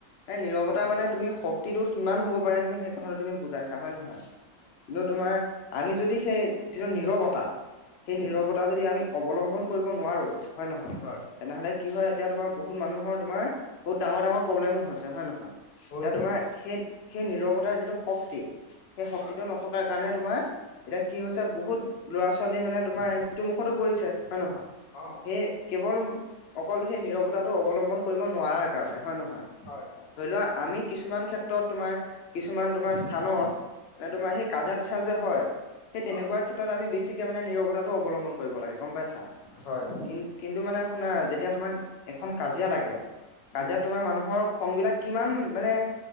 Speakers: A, on the left; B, on the left.
A: এ নিৰৱতাৰ মানে তুমি শক্তিটো কিমান হ'ব পাৰে তুমি সেই কথাটো তুমি বুজাইছা হয় নহয়। কিন্তু তোমাৰ আমি যদি সেই যিটো নীৰৱতা সেই
B: উম
A: নীৰৱতা যদি আমি অৱলম্বন, কৰিব নোৱাৰো হয় নহয়।
B: হয়
A: তেনেহলে কি হয় এতিয়া তোমাৰ বহুত মানুহৰ তোমাৰ বহুত ডাঙৰ -ডাঙৰ প্ৰবলেমো হৈছে হয় নহয়। এতিয়া
B: হৈছে
A: তোমাৰ
B: হৈছে
A: সেই সেই নিৰৱতাৰ যিটো শক্তি সেই শক্তিটো
B: হয়
A: নথকা থকাৰ কাৰণে তোমাৰ এতিয়া কি হৈছে বহুত ল'ৰা ছোৱালী মানে তোমাৰ এই মৃত্যু মুখতো পৰিছে হয় নহয়।
B: অ
A: সেই কেৱল অকল সেই নিৰৱতাটো অৱলম্বন কৰিব নোৱাৰাৰ কাৰণে হয় নহয়।
B: হয় হয়
A: ধৰি লোৱা আমি কিছুমান ক্ষেত্ৰত তোমাৰ কিছুমান তোমাৰ স্থানত। মানে তোমাৰ সেই কাইজীয়া, পেচাল যে হয়। সেই তেনেকুৱা
B: হয়
A: ক্ষেত্ৰত আমি বেছিকে মানে নিৰতাটো অৱলম্বন কৰিব লাগে গম পাইছা।
B: হয় হয়।
A: কিন কিন্তু মানে শুনা যেতিয়া তোমাৰ এখন কাজিয়া লাগে
B: হয়
A: কাজিয়াত
B: উম
A: তোমাৰ মানুহৰ খং, বিলাক কিমান মানে